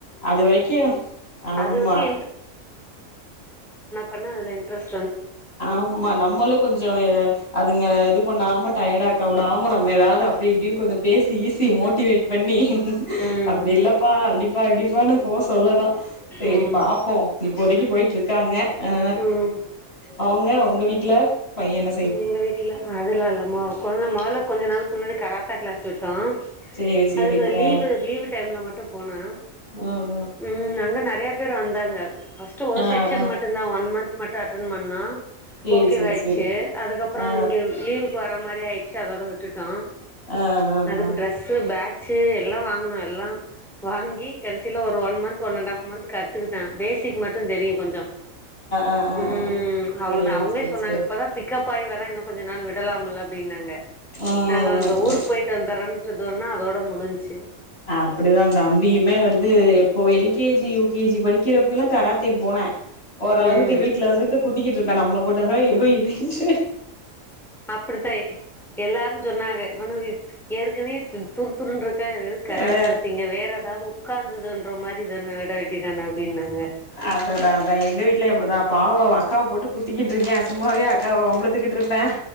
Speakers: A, on the left; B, in the centre.
A: அது வரைக்கு ஆம்மா
B: அதுகளுக்கே பண்ணதுல இண்ட்ரஸ்
A: ஆமா நம்மளு கொஞ்சோ ஏ அதுங்க இது பண்ணாம டயடாக்க வுடாம நம்ம எதா அப்டி இப்டின் கொஞ்ச பேசி ஈசி மோட்டிவேட் பண்ணி
B: ம்
A: அப்படி இல்லப்பா அப்டிப்பா இப்டிப்பானு போஸ் சொல்லனு செரி
B: ம்
A: பாப்போம் இப்போதைக்கு போயிட்டு இருக் க்காங்க ஆ
B: ம்
A: அவங்க உங்க வீட்டுல பையன் என்
B: எங்க வீட்டுல அதுல்லா இல்ல மாவு கொழந் இல்ல கொஞ்ச நாள் முன்னடி கராத்தா கிளாஸ்ல விட்டோம்
A: சேரி சேரி
B: அது லீவு
A: ஆ
B: லீவு டைம்ல மட்டும் போனா
A: ம் ம்
B: உம் அங்க நறைய பேர் வந்தாங்க ஃபஸ்ட்டு ஒரு
A: ஆ
B: செக்க்ஷன்
A: ஆ
B: மட்டும்தான் ஒன் மந்த் மட்டும் அட்டென் பண்ணா
A: சேரி
B: ஓகேவாயிடுச்சு
A: சேரி சேரி
B: அதுக்கப் ப்பறோ
A: ஆ
B: இங்க லீவ் க்கு வர மாதிரி ஆயிடுச்சு அதோட விட்டுட்டோம்
A: ஆ ஆ
B: அதுக்கு
A: ஆ ஆ
B: டிரெஸ்ஸு பேக் சே எல்லாம் வாங்குன எல்லாம் வாங்கி கடைசியில ஒரு ஒன் மந்த் ஒன்அண்டாப் மந்த் கத்துக்கிட்டேன் பேசிக் மட்டும் தெரியும் கொஞ்
A: ஆ ஆ ஆ
B: உம்
A: ஆ சேரி
B: அவ்ளோதான் அவங்களே
A: சேரி
B: சொன்னாங்க
A: சேரி
B: இப்பதான் பிக்கப் பை வென இன்னும் கொஞ்ச நாள் விடலாம்ல அப்டின்னாங்க
A: ம்
B: நாங்க அந்த ஊருக்கு
A: ம்
B: போய் தந்தறோன்னு விட்டுதொன்னா அதோடு முடிஞ்சு
A: அப்படிதான் தம்பியுமே வந்து எப் ஓ எல்கேஜி யுகேஜி படிக்கிறப்ப எல்லாம் கராத்தே போன ஓரளவுக்கு
B: ம்
A: வீட்டுல இருந்துட்டு கு பத்தி இருப்பே நம்ள போட் ஹோய் ய்
B: அப்படித்தான் எல்லாரும் சொன்னாங்க இவானு ஏர் கிரீ துரு துரு இருக்காது கராத்தா
A: ஆ
B: வித்தீங்க வேற ஏதாவது உட்காந்ததுன்ற மாதிரி இதான விடவேண்டி தானே அப்டின் அப்படின்னாங்க
A: அதுதான் அதான் எங்க வீட்டுல எப்படிதான் பாவம் அக்காவ போட்டு புத்திக்கிட்டு இருக்கேன் சும்மாவே அக் அக்காவ வம்பளத்துக்கிட்டு இருப்பேன்